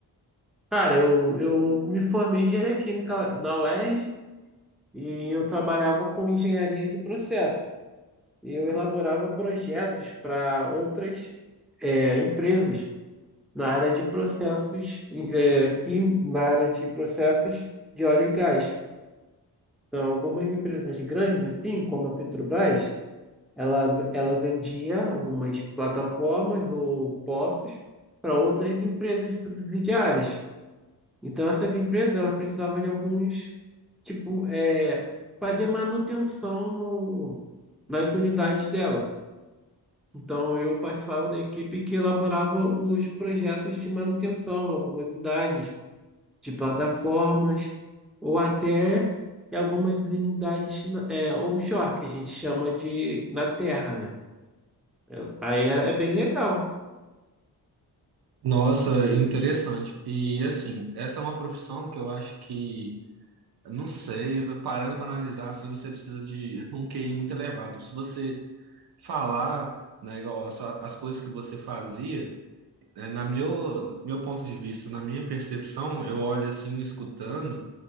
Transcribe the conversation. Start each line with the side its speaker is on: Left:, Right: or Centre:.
Centre: Cara, eu, eu me formei em engenharia química na UERJ e R J e eu trabalhava com engenharia de processo. Eu elaborava projetos para outras eh, empresas. na área de processos, é, quim- na área de processos de óleo e gás. Então, algumas empresas grandes, assim, como a Petrobras, ela, ela vendia algumas plataformas ou poços para outras empresas subsidiárias. Então, essas empresas, elas precisavam de alguns, tipo, é, fazer manutenção no- nas unidades dela. Então, eu participava da equipe que elaborava os projetos de manutenção, em algumas unidades, de plataformas, ou até em algumas unidades é, onshore, que a gente chama de na terra, né? É- Aí é, é bem legal.
Right: Nossa, interessante. E assim, essa é uma profissão que eu acho que, não sei, parando para analisar, assim, você precisa de <laughs> um QI muito elevado. Se você falar, né, igual as, sua- as coisas que você fazia, eh, na meu, meu ponto de vista, na minha percepção, eu olho assim, escutando.